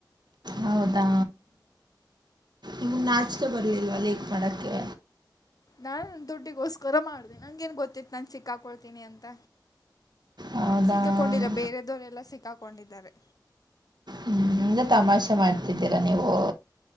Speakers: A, on the right; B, on the left.
A: ಹೌದಾ ಇನ್ನು ನಾಚಕೆ ಬರ್ಲಿಲ್ವಾ ಲೇಕ್ ಮಾಡಕ್ಕೆ
B: ನಾನ್ ದುಡ್ಡಿಗೋಸ್ಕರ ಮಾಡ್ದನಿ ಹಂಗ ೇನ್ ಗೊತ್ತಿತ್ತು ನಾನು ಸಿಕ್ಕಾಕೊಳ್ತೀನಿ ಅಂತ
A: ಹೌದಾ
B: ನಾನ್ ಸಿಕ್ಕಾಕೊಂಡಿಲ್ಲ ಬೇರೆದವರೆಲ್ಲ ಸಿಕ್ಕಾಕೊಂಡಿದ್ದಾರೆ
A: ಹ್ಮ್ ತಮಾಷೆ ಮಾಡ್ತಿದ್ದೀರಾ ನೀವು